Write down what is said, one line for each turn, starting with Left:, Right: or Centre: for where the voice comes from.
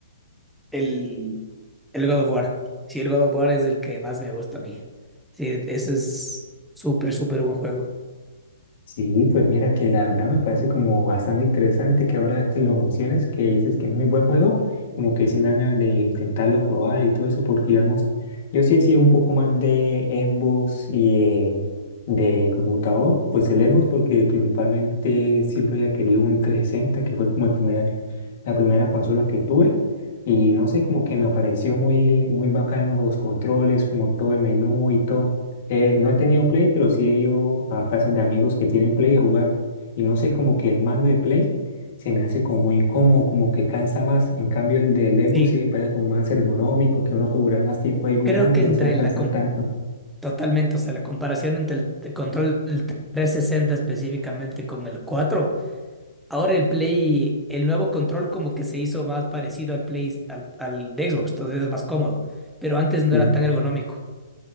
Centre: el, el God of War, sí, el God of War es el que más me gusta a mí. Sí, ese es súper, súper buen juego.
Left: Sí, pues mira que la verdad me parece como bastante interesante que ahora que lo menciones, que dices que es muy buen juego, como que sí me dan ganas de intentarlo probar y todo eso, porque digamos, yo sí he sido un poco más de Xbox y de, de computador, pues el Xbox porque principalmente siempre había querido un 360, que fue como el primer, la primera consola que tuve, y no sé, como que me pareció muy, muy bacano los controles, como todo el menú y todo. Eh, no he tenido Play, pero sí he ido a casas de amigos que tienen Play a jugar. Y no sé, como que el mando de Play se me hace como muy incómodo, como que cansa más. En cambio, el del Evo
Centre: Sí.
Left: sí me parece como más ergonómico, que uno puede durar más tiempo ahí jugando
Centre: Creo que
Left: y no
Centre: entre
Left: se va a cansar
Centre: la com-
Left: tanto.
Centre: totalmente, o sea, la comparación entre el t- control del 360 específicamente con el 4. ahora el Play, el nuevo control como que se hizo más parecido al Play, al, al de Xbox, entonces es más cómodo, pero antes no
Left: Sí,
Centre: era tan ergonómico.